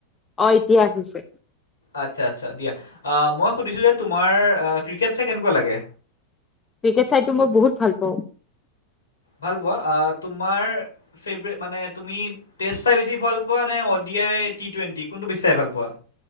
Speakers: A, on the left (about 15°); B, on the left (about 70°).
A: অ', এতিয়া আহিছে।
B: আচ্ছা আচ্ছা দিয়া, আ মই সুধিছোঁ যে তোমাৰ ক্ৰিকেট চাই কেনেকুৱা লাগে?
A: ক্ৰিকেট চাইটো মই বহুত ভাল পাওঁ।
B: ভাল পোৱা আ তোমাৰ ফেভৰেট মানে তুমি টেষ্ট চাই বেছি ভাল পোৱা নে অডিয়াই টি টুৱেটি কোনটো বেছি চাই ভাল পোৱা?